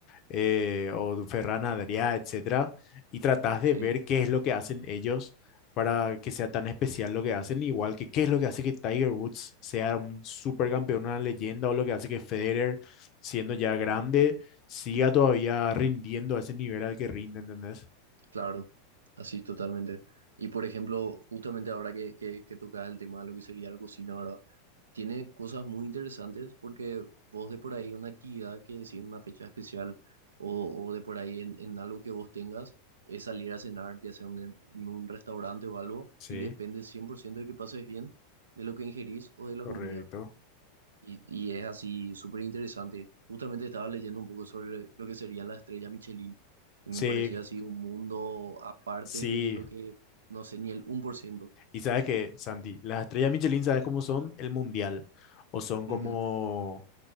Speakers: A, on the left; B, on the right.
A: eh, o Ferran Adrià, etcétera, y tratás de
B: sí.
A: ver qué es lo que hacen ellos para que sea tan especial lo que hacen, igual que qué es lo que hace que Tiger Woods sea un supercampeón, una leyenda, o lo que hace que Federer, siendo ya grande, siga todavía rindiendo a ese nivel al que rinde, ¿entendés?
B: Claro, así totalmente. Y por ejemplo, justamente ahora que, que, que tocas el tema de lo que sería la cocina, ¿verdad? Tiene cosas muy interesantes porque vos de por ahí una actividad que si en una fecha especial o, o de por ahí en, en algo que vos tengas es salir a cenar, ya sea un- en un restaurante o algo,
A: Sí,
B: y depende 100% de que pases bien, de lo que ingerís o de
A: correcto.
B: la comida. Y, y es así súper interesante. Justamente estaba leyendo un poco sobre lo, lo que serían las estrellas Michelin y
A: Sí,
B: me pareció así un mundo aparte
A: sí,
B: de lo que, no sé, ni el 1%.
A: Y sabes que, Santi, las estrellas Michelin, ¿sabes cómo son? El mundial. O son como,
B: Ujú,